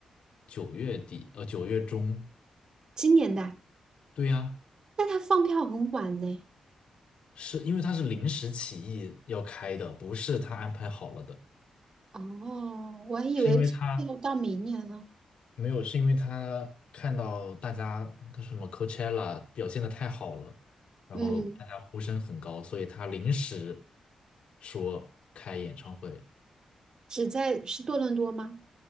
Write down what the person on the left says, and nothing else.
九月底，呃，九月中。
对呀，
是因为他是临时起意要开的，不是他安排好了的，
是因为他没有，是因为他看到大家什么 Coachella 表现的太好了，然后大家呼声很高，
所以他临时说开演唱会，